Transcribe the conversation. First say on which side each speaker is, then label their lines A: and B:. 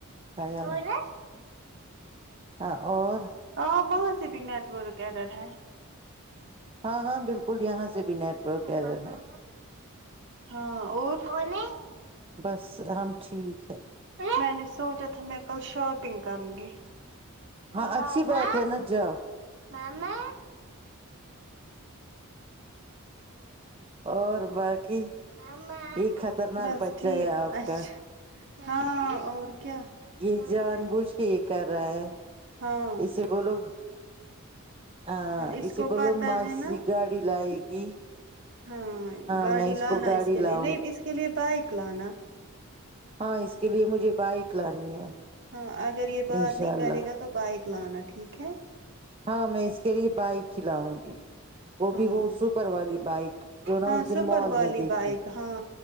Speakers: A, on the right; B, on the right.
A: خیال
B: کون
A: ہے
B: رہا
A: ہاں اور
B: ہاں وہہت سے سے بھی نیٹورک ایڈر ہے
A: ہاں ہاں بالکل یہاں سے بھی نیٹ ورک کہہ
B: ماما
A: رہے ہیں
B: ہاں اور کون
A: ٹھیب سب
B: میں نے سوچا تھا میں کل شاپ ٹگ کروں گی
A: ہاں
B: ماما
A: اچھی بات ہے نا جاؤ
B: ماما
A: اور باقی ی
B: ماما
A: یہ خطرناک
B: بس
A: بچہ
B: ٹھیک
A: ہے آپ
B: اچھا
A: کا
B: ہاں اور کیا
A: یہ
B: ماما
A: جان بوجھ کے یہ کر رہا ہے
B: ہاں
A: اسے بولو ہاں
B: اس
A: اسے
B: کو
A: بولو
B: پتا
A: می
B: ہے نا
A: گاڑی لائے گی
B: ہاں گاڑی
A: میں
B: لانا
A: کو گاڑی
B: اس کے
A: لاؤں
B: لیے نہیں
A: گی
B: اس کے لیے بائک لانا
A: ہاں اس کے لیے مجھے بائک لانی ہے
B: ہاںے اگر یہ باہر
A: انشاء
B: نہیں
A: اللہ
B: کرے گ تو بائ کلانا ٹھیک ہے
A: ہاں میں اس کے لیے بائک کھلاؤں گی وہ
B: ہاں
A: بھی وہ سپر والی بائک جو نا
B: ہاں
A: اس دن
B: سپر
A: مال
B: والی
A: میں دیکھ
B: بائک
A: لی
B: ہاں